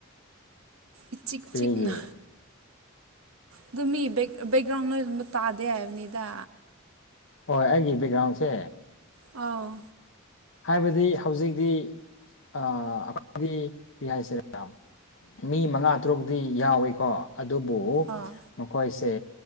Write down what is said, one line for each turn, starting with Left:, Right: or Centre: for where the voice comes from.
Right: ꯏꯆꯤꯛ
Left: ꯀꯔꯤꯒꯤ
Right: ꯆꯤꯛꯅ ꯑꯗꯨ ꯃꯤ ꯕꯦꯛ ꯕꯦꯛꯒ꯭ꯔꯥꯎꯟ ꯅꯣꯏꯔꯨꯝꯗꯨ ꯇꯥꯗꯦ ꯍꯥꯏꯕꯅꯤꯗ
Left: ꯍꯣꯏ ꯑꯩꯒꯤ ꯕꯦꯛꯒ꯭ꯔꯥꯎꯟꯁꯦ
Right: ꯑꯧ
Left: ꯍꯥꯏꯕꯗꯤ ꯍꯧꯖꯤꯛꯇꯤ ꯑꯥ ꯑꯩꯈꯣꯏꯗꯤ ꯀꯔꯤ ꯍꯥꯏꯁꯤꯔꯥ ꯃꯤ ꯃꯉꯥ ꯇꯔꯨꯛꯇꯤ ꯌꯥꯎꯏꯤꯀꯣ ꯑꯗꯨꯕꯨ
Right: ꯑꯥ
Left: ꯃꯈꯣꯏꯁꯦ